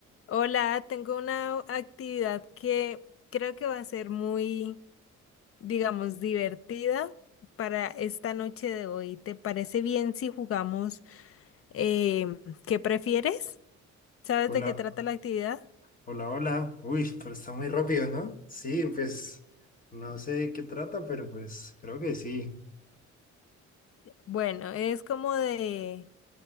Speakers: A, on the left; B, on the left.
A: Hola, tengo una actividad que creo que va a ser muy, digamos, divertida para esta noche de hoy. ¿Te parece bien si jugamos eh, ¿qué prefieres? ¿Sabes
B: Hola,
A: de qué trata la actividad?
B: hola, hola. Uy, pero está muy rápido, ¿no? Sí, pues no sé de qué trata, pero pues creo que sí.
A: Bueno, es como de,